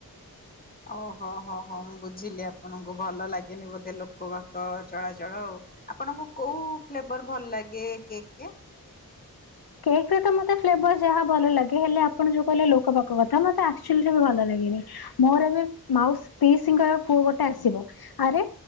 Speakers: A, on the left; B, on the left.
A: ଓହୋ ହୋ ହୋ ମୁଁ ବୁଝିଲି ଆପଣଙ୍କୁ ଭଲ ଲାଗେନି ବୋଧେ ଲୋକ ଭାକ ଚଳାଚଳ ଆଉ ଆପଣଙ୍କୁ କୋଉ ଫ୍ଲେଭର ଭଲ ଲାଗେ କେକ୍?
B: କେକ୍ ରେ ତ ମତେ ଫ୍ଲେଭର ଯାହା ଭଲ ଲାଗେ ହେଲେ ଆପଣ ଯୋଉ କହିଲେ ଲୋକ ପାଖ କଥା ମତେ ଆକ୍ଚୁଲିରେ ଭଲ ଲାଗେନି ମୋର ଏବେ ମାଉସ ପିଙ୍କର ପୁଅ ଗୋଟେ ଆସିବ ଆରେ